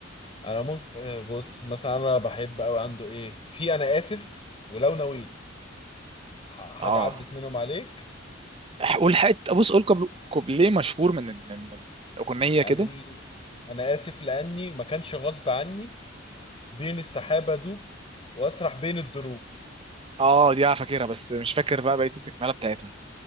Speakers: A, on the left (about 30°); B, on the right (about 30°).
A: انا ممكن آه، بص مثلا انا بحب قوي عنده ايه في انا اسف ولو نويت ح- حاجه
B: اه
A: عدت منهم عليك
B: قول حته بص قول كوبل- كوبليه مشهور من من من اغنيه
A: يعني
B: كده
A: بيقول انا اسف لاني ما كانش غصب عني بين السحابه دوب واسرح بين الدروب
B: اه دي اه فاكرها بس مش فاكر بقى بقيه التكمله بتاعتها